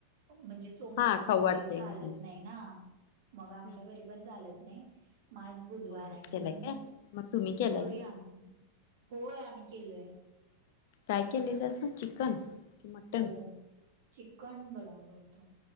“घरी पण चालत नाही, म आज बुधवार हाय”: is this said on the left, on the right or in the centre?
Right